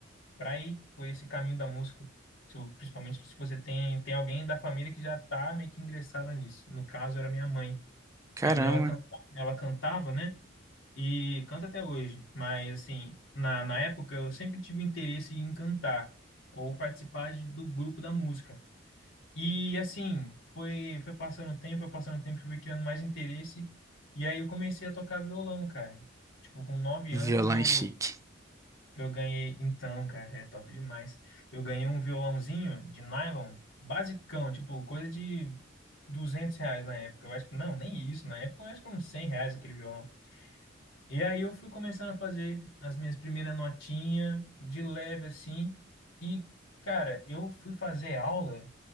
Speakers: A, on the left (about 80°); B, on the right (about 15°).
A: pra ir por esse caminho da música. Se eu- Principalmente se você tem, tem alguém da família que já tá meio que ingressado nisso. No caso, era minha mãe.
B: Caramba,
A: Minha mãe, ela, canta, ela cantava, né? E canta até hoje. Mas, assim, na, na época eu sempre tive interesse em cantar ou participar de- do grupo da música. E, assim, foi, foi passando o tempo, foi passando o tempo, fui criando mais interesse. E aí eu comecei a tocar violão, cara. Tipo, com nove
B: violão
A: anos eu,
B: é chique.
A: eu ganhei. Então, cara, é top demais. Eu ganhei um violãozinho de nylon, basicão, tipo, coisa de 200 reais na época. Eu acho que, não, nem isso. Na época eu acho que uns 100 reais aquele violão. E aí eu fui começando a fazer as minhas primeiras notinhas, de leve assim. E, cara, eu fui fazer aula